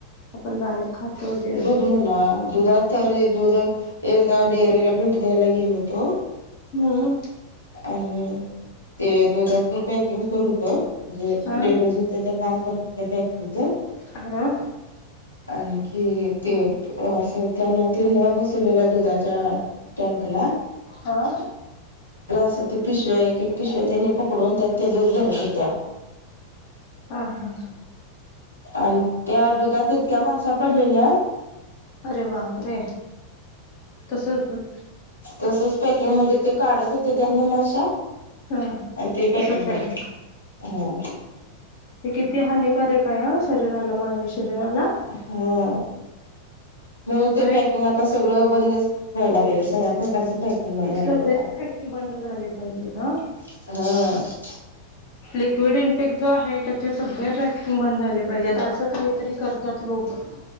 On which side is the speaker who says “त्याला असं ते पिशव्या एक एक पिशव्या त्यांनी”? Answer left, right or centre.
Left